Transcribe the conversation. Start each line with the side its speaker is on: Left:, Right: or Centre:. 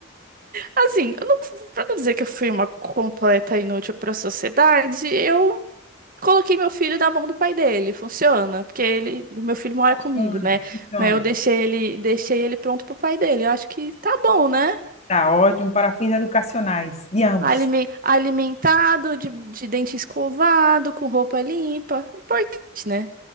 Right: Assim, eu não, pra não dizer que eu fui uma completa inútil pra sociedade, eu coloquei meu filho na mão do pai dele. Funciona, porque ele, o meu filho mora
Left: Funciona,
Right: comigo, né?
Left: funciona.
Right: Mas eu deixei ele, deixei ele pronto pro pai dele. Eu acho que tá bom, né?
Left: Tá ótimo para fins educacionais, de ambos.
Right: Alime- Alimentado, de, de dente escovado, com roupa limpa. Importante, né?